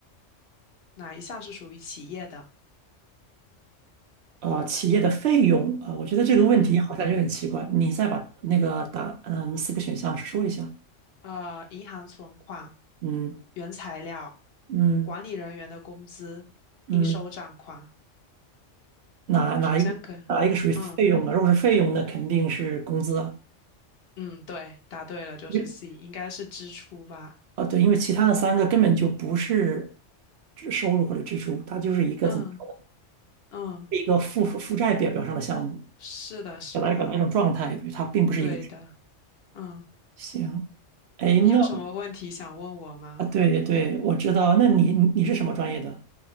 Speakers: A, on the left (about 60°); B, on the right (about 65°).
A: 哪一项是属于企业的？
B: 呃，企业的费用啊，呃我觉得这个问题好像有点奇怪，
A: 嗯，
B: 你再把那个答，嗯，四个选项说一下，
A: 呃，银行存款、
B: 嗯
A: 原材料、
B: 嗯
A: 管理人员的工资、
B: 嗯，
A: 应收账款。
B: 哪哪一个哪一个属于费用啊？
A: 首先可，嗯。
B: 如果是费用，那肯定是工资啊，
A: 嗯，对，答对了，就是
B: 因为
A: C，应该是支出吧？
B: 啊，对，因为其他的三个根本就不是支收入或者支出，它就是一个怎么说呢？
A: 嗯嗯，
B: 一个负负债表表上的项目，
A: 是的，是的，
B: 表达表达一种状态，对，它并不是一个支出
A: 对的。嗯，
B: 行，哎，
A: 你有什么问题想问我吗？
B: 那啊，对对，我知道，那你你你是什么专业的？